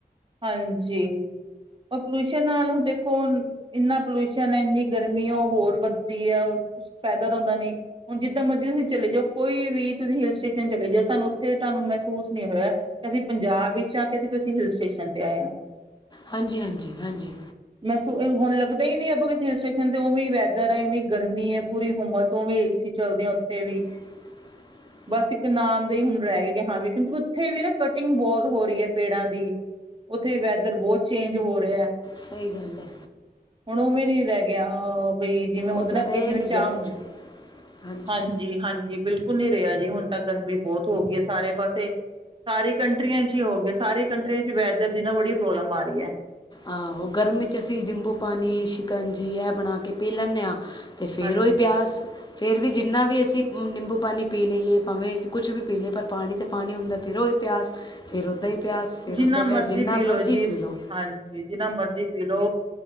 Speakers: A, on the right (about 30°); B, on the left (about 25°).
A: ਹਾਂਜੀ, ਅ ਪਲੂਸ਼ਨ ਨਾਲ ਦੇਖੋ ਹੁਨ ਇਨਾ ਪਲੂਸ਼ਨ ਐ ਐਨੀ ਗਰਮੀ ਓ ਹੋਰ ਵੱਦਦੀ ਐ, ਕੁੱਛ ਫੈਦਾ ਤਾ ਹੁੰਦਾ ਨੀ ਹੁਨ ਜਿੱਦਾਂ ਮਰਜੀ ਤੂਸੀ ਚਲੇ ਜੋ, ਕੋਈ ਵੀ ਤੂਸੀ ਹੀਲ ਸਟੇਸ਼ਨ ਚਲੇ ਜੋ ਤੂਆਨੂ ਓੱਥੇ ਤੂਆਨੂ ਮੈਸੂਸ ਨੀ ਹੋਏਆ ਅਸੀਂ ਪੰਜਾਬ ਇਚ ਆਂ, ਕੇ ਅਸੀ ਕਿਸੀ ਹੀਲ ਸਟੇਸ਼ਨ ਤੇ ਆਏ ਆਂ
B: ਹਾਂਜੀ-ਹਾਂਜੀ, ਹਾਂਜੀ।
A: ਮੈਸੁ ਹੋਨ ਲਗਦਾ ਈ ਨੀ, ਅਪਾਂ ਕਿਸੀ ਹੀਲ ਸਟੇਸ਼ਨ ਤੇ ਓਵੇ ਈ ਵੈਦਰ ਐ ਐਵੀ ਗਰਮੀ ਐ ਪੂਰੀ ਹੁਮਸ ਓਵੀ, ਏਸੀ ਚਲਦੈ ਆਂ ਓਥੇ ਵੀ।
B: <inaudible>
A: ਬਸ ਇੱਕ ਨਾਮ ਦਾ ਈ ਹੁਨ ਰੈ ਗੇਆ, ਹਾਂ ਵੀ ਕੇਓਕਿ ਉੱਥੇ ਵੀ ਨਾ ਕਟਿੰਗ ਬੋਤ ਹੋ ਰੀ ਐ ਪੇੜਾਂ ਦੀ। ਓਥੇ ਵੈਦਰ ਬੋਤ ਚੇਂਜ ਹੋ ਰੇਐ।
B: ਸਈ ਗਲ ਐ।
A: ਹੋਣ ਓਵੇਂ ਨੀ ਰੈ ਗੇਆ ਅ, ਬਈ ਜਿਵੇਂ ਹੋਂਦੇ
B: ਉੱਦਾਂ
A: ਨਾ ਅਗੇ
B: ਰਹਿ
A: ਜਿਵੇਂ
B: ਹੀ ਨਹੀਂ
A: ਚਾਅ
B: ਗਿਆ ਕੁਛ
A: ਹੁੰ
B: ਵੀ ਹਾਂਜੀ
A: ਹਾਂਜੀ-ਹਾਂਜੀ, ਬਿਲਕੁਲ। ਹੁਨ ਨੀ ਰੇਆ ਜੀ, ਹੋਣ ਤਾ ਗਰਮੀ ਬੋਤ ਹੋ ਗੀਆ ਸਾਰੇ ਪਾਸੇ, ਸਾਰੀ ਕੰਟਰੀਆਂ ਚ ਈ ਹੋਗੇ ਆ ਸਾਰੀ ਕੰਟਰੀਆਂ ਚ ਵੈਦਰ ਦੀ ਨਾ, ਬੜੀ ਪ੍ਰੋਬਲਮ ਆ ਰੀਐ।
B: ਆਹੋ, ਗਰਮੀ ਚ ਅਸੀ ਨਿੰਬੂ ਪਾਨੀ, ਸ਼ਿਕੰਜੀ ਐ ਬਣਾ ਕੇ ਪੀ ਲੈਂਨੇ ਆ ਤੇ ਫੇਰ
A: ਹਾਂਜੀ
B: ਓਈ ਪੇਆਸ ਫਿਰ ਵੀ ਜਿੰਨਾ ਵੀ ਅਸੀ ਨਿੰਬੂ ਪਾਨੀ ਪੀ ਲਈ ਏ, ਭਾਵੇਂ ਕੁਛ ਵੀ ਪੀ ਲੀਏ, ਪਰ ਪਾਣੀ ਤੇ ਪਾਣੀ ਹੁੰਦੈ ਫਿਰ ਪੇਆਸ, ਫੇਰ ਓਦਾਂ ਈ ਪੇਆਸ, ਫੇਰ
A: ਜਿੰਨਾ
B: ਓਦਾਂ
A: ਮਰਜ਼ੀ
B: ਪੇਆ ਜਿੰਨਾ
A: ਪੀ ਲਓ
B: ਮਰਜੀ
A: ਜੀ
B: ਪੀ ਲੋ।
A: ਹਾਂਜੀ, ਜਿੰਨਾ ਮਰਜੀ ਪੀ ਲੋ